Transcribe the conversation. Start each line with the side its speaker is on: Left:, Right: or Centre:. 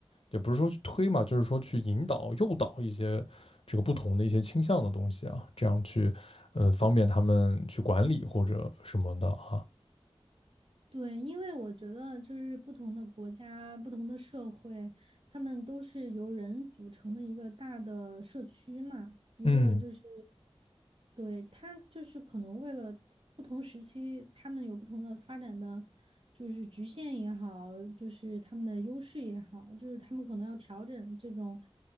Left: 也不是说去推嘛，就是说去引导、诱导一些这个不同的一些倾向的东西啊，这样去，呃，方便他们去管理或者什么的啊。
Right: 对，因为我觉得就是不同的国家、不同的社会，他们都是由人组成的一个大的社区嘛，一个就是，
Left: 嗯
Right: 对，他就是可能为了不同时期，他们有不同的发展的，就是局限也好，就是他们的优势也好，就是他们可能要调整这种，